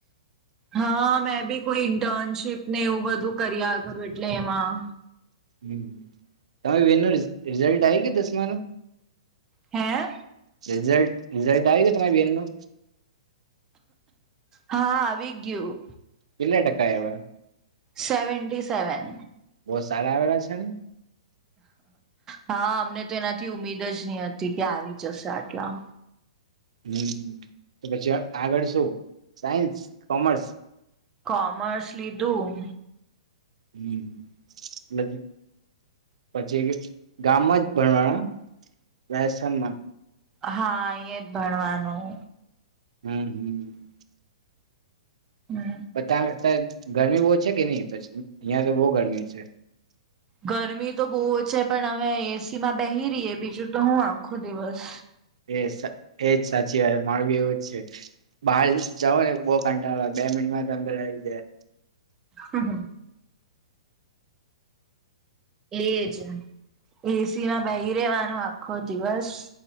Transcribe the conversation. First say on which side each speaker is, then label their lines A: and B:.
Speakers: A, on the right; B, on the right.
A: હા મેં ભી. કોઈ ઇન્ટર્નશીપ ને એવું બધું કર્યાગરું એટલે એમાં.
B: હમ. તમે વિનર્સ. રિઝલ્ટ આય કે દસમા ન.
A: હે.
B: રિઝલ્ટ રિઝલ્ટ આવી છે તમારી બેન નો.
A: હા આવી ગયું.
B: કેટલા ટકા આવ્યા.
A: Seventy seven.
B: બહુ સારા આવેલા છે ને.
A: હા અમને તો એનાથી ઉમીદ જ નહી હતી કે આવી જશે આટલા.
B: હમ તો પછી આગળ શું સાયન્સ કોમર્સ.
A: કોમર્સ લીધું.
B: હમ એટલે પછી ગામમાં જ ભણવાના. રાજસ્થાન માં.
A: હા અહી જ ભણવાનું.
B: હમ હમ.
A: હમ.
B: બ ત અત્યારે ગરમી બહુ છે કે નહી પછી અહિયાં તો બહુ ગરમી છે.
A: ગરમી તો બહુ છે પણ હવે એસી માં બેહી રએ બીજું તો હું આખો દિવસ.
B: એ એજ સાચી વાત મારું બી એવું જ છે બહાર જવ ને બહ કાંટા બે મિનિટમાં અંદર રહી જાય.
A: હ હ. એજ એસી માં બહી રેવાનો આખો દિવસ.